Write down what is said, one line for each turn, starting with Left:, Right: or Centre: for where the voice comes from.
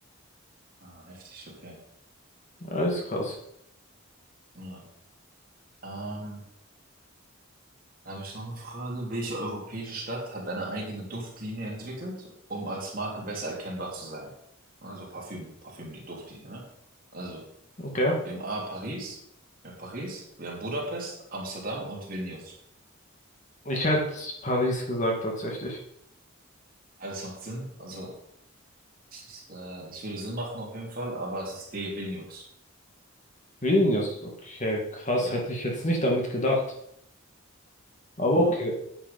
Right: Ah, heftig, okay.
Left: Ja, ist krass.
Right: Ja. Ähm, da habe ich noch eine Frage. Welche europäische Stadt hat eine eigene Duftlinie entwickelt, um als Marke besser erkennbar zu sein? Also Parfüm, Parfümlinie, Duftlinie, ne? Also,
Left: Okay.
Right: wir haben A, Paris, wir haben Paris, wir haben Budapest, Amsterdam und Vilnius.
Left: Ich hätte Paris gesagt, tatsächlich.
Right: Ja, das macht Sinn. Also, das, äh, das würde Sinn machen auf jeden Fall, aber es ist D, Vilnius.
Left: Vilnius, okay, krass,
Right: Ja.
Left: hätte ich jetzt nicht damit gedacht. Aber
Right: ja.
Left: okay.